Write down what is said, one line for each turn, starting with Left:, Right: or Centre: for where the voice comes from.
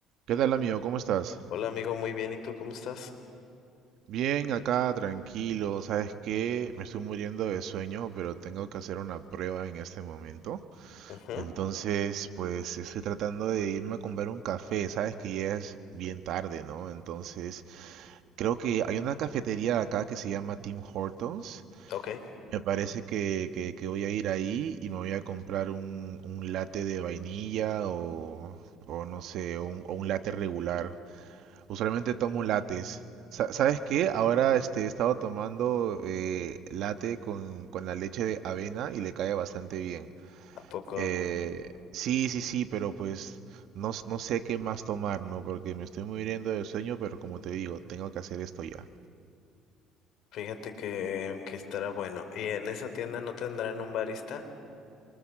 Right: ¿Qué tal, amigo? ¿Cómo estás?
Left: Hola amigo, muy bien. ¿Y tú cómo estás?
Right: Bien, acá tranquilo. ¿Sabes qué? Me estoy muriendo de sueño, pero tengo que hacer una prueba en este momento.
Left: Ujú,
Right: Entonces, pues estoy tratando de irme a comprar un café. Sabes que ya es bien tarde, ¿no? Entonces, creo que hay una cafetería acá que se llama Tim Hortons.
Left: Ok,
Right: Me parece que, que, que voy a ir ahí y me voy a comprar un, un latte de vainilla o, o no sé, o un, o un latte regular. Usualmente tomo lates. Sa- ¿Sabes qué? Ahora este, he estado tomando eh, latte con, con la leche de avena y le cae bastante bien.
Left: ¿a poco?
Right: Eh, sí, sí, sí, pero pues no, s- no sé qué más tomar, ¿no? Porque me estoy muriendo de sueño, pero como te digo, tengo que hacer esto ya.
Left: Fíjate que, que estará bueno. ¿Y en esa tienda no tendrán un barista?